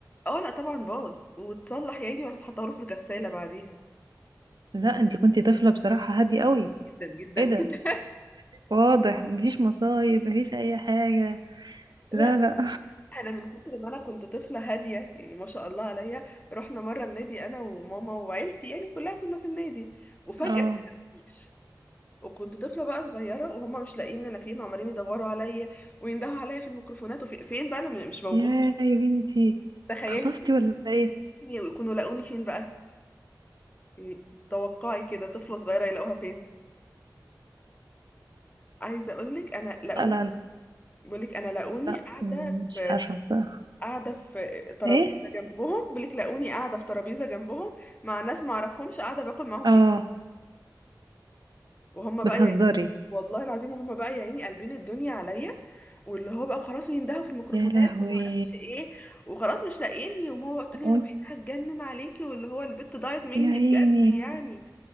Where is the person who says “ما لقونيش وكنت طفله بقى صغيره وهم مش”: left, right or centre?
Left